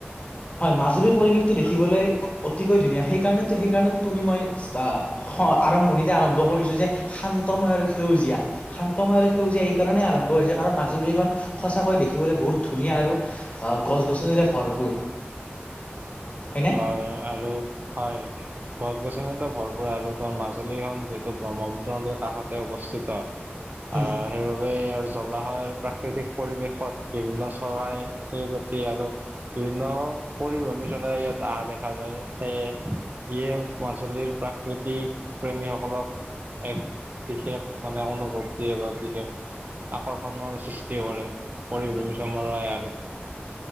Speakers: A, on the left (about 35°); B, on the right (about 45°).
A: হয়! মাজুলীৰ পৰিৱেশটো দেখিবলৈ অতিকৈ ধুনীয়া সেইকাৰণে তো সেইকাৰণে তুমি মই চা। হয় আৰম্ভণিতে আৰম্ভ কৰিছো যে শান্তময় আৰু সেউজীয়া? শান্তময় আৰু সেউজীয়া এই কাৰণেই আৰম্ভ হৈছে কাৰণ মাজুলী খন সঁচাকৈ দেখিবলৈ বহুত ধুনীয়া আৰু। অহ' গছ গছনিৰে ভৰপূৰ! হয়নে?
B: হয় আৰু হয়! গছ গছনিতো ভৰপূৰ আৰু। খন‌ মাজুলীখন যিহেতু ব্ৰহ্মপুত্ৰ নদীৰ কাষতে অৱস্থিত!
A: উম
B: আহ'। সেইবাবে আৰু জলাশয়ৰ আৰু প্ৰাকৃতিক পৰিৱেশত বিভিন্ন চৰাই চিৰিকটি আৰু। বিভিন্ন পৰিভ্ৰমী। চৰাই ইয়াত আহা দেখা যায়। সেয়ে যিয়ে আঞ্চলিক প্ৰা। কৃতিক প্ৰেমিক সকলক। এক বিশেষ মানে অনুভৱ দিয়ে বা বিশেষ। আকৰ্ষণৰ সৃষ্টি কৰে। পৰিভ্ৰমী চৰাই